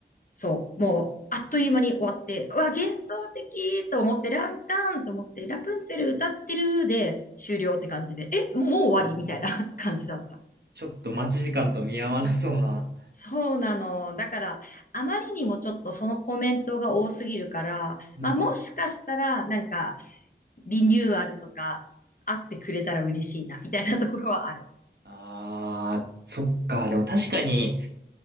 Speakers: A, on the left; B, on the right.
A: そう、もう、あっという間に終わって、うわ、幻想的と思って、ランタンと思って、ラプンツェル歌ってるで終了って感じで、え、もう終わりみたいな
B: うん
A: <laughs> 感じだった。
B: ちょっと待ち時間と見合わなそうな。
A: そうなの。だから、あまりにもちょっとそのコメントが多すぎるから、
B: うん。
A: まあ、もしかしたら、なんか、リニューアルとか、あってくれたら嬉しいな、みたいなところはある。
B: ああ、そっか。でも確かに、